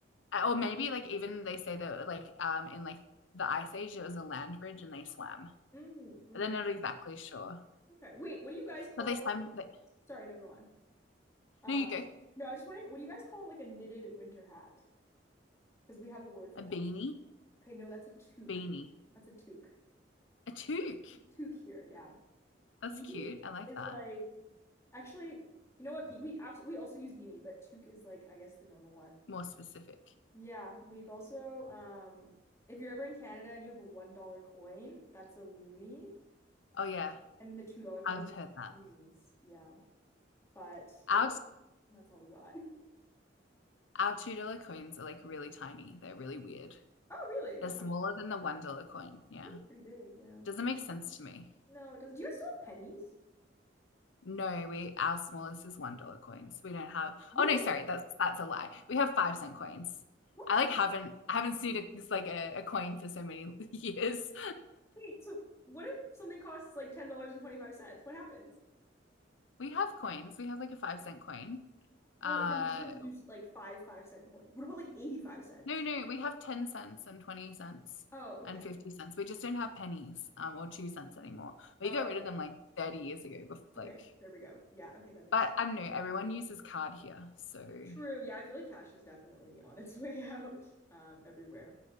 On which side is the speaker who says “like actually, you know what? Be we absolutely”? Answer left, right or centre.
Left